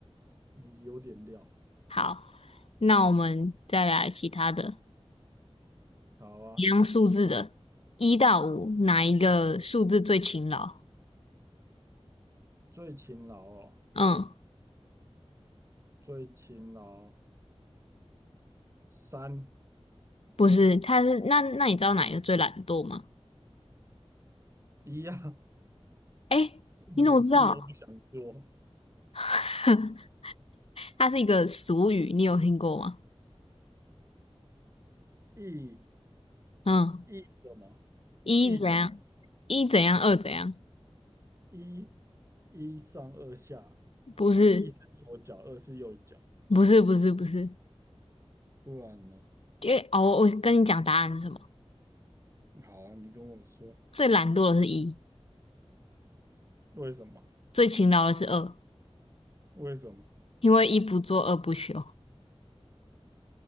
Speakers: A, on the right; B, on the left.
A: 你有点料。
B: 好，那我们再来其他的，
A: 好啊，
B: 一样数字的，一到五，哪一个数字最勤劳？
A: 最勤劳哦，
B: 嗯。
A: 最勤劳三
B: 不是，他是那那你知道哪一个最懒惰吗？
A: 一呀、
B: 哎，
A: <laughs> 一点事都不想做。
B: 你怎么知道？<laughs> 它是一个俗语，你有听过吗？
A: 一
B: 嗯，
A: 一什么？
B: 一怎样，
A: 一什么？
B: 一怎样，二怎样？
A: 一一上二下，
B: 不是，
A: 一是左脚，二是右脚，
B: 不是，不是，不是，
A: 不然呢？
B: 因为哦，我跟你讲答案是什么？
A: 好啊，你跟我说
B: 最懒惰的是一，
A: 为什么？
B: 最勤劳的是二，
A: 为什么
B: 因为一不做二不休，